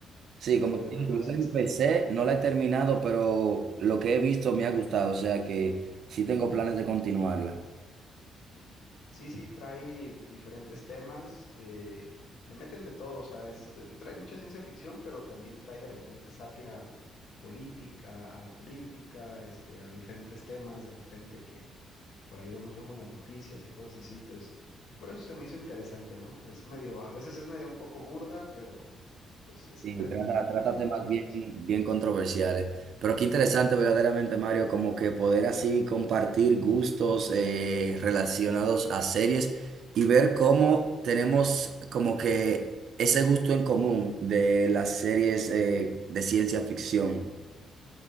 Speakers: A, on the right; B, on the left.
A: Sí,
B: Acabo
A: como
B: de
A: te
B: ver
A: digo,
B: la
A: yo
B: sexta.
A: la empecé, no la he terminado, pero lo que he visto me ha gustado, o sea que sí tengo planes de continuarla.
B: Sí, sí, trae diferentes temas, eh, le meten de todo, o sea, es, eh, trae mucha ciencia ficción, pero también trae de repente sátira política, a la política, este, a diferentes temas, de repente que por ahí vemos luego en las noticias y cosas así. Entonces, por eso se me hizo interesante, ¿no? Es medio, a veces es medio un poco burda, pero pues es
A: Sí,
B: entretenimiento
A: trata, trata
B: al fin
A: temas
B: de cuentas.
A: bien, bien controversiales. Pero qué interesante verdaderamente, Mario, como que poder así compartir gustos eh, relacionados a series y ver cómo tenemos como que ese gusto en común de las series eh, de ciencia ficción.